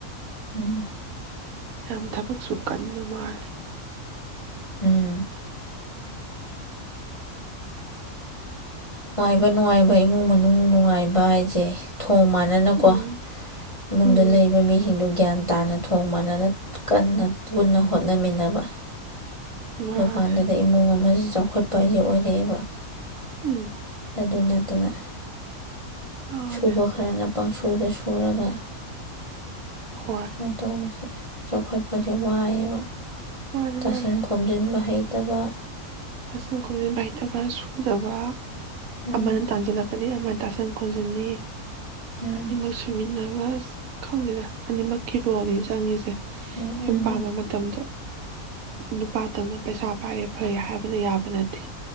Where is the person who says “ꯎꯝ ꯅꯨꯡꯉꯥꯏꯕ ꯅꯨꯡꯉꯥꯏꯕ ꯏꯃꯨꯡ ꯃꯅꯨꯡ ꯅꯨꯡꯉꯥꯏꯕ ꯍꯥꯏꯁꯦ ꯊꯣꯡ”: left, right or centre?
Left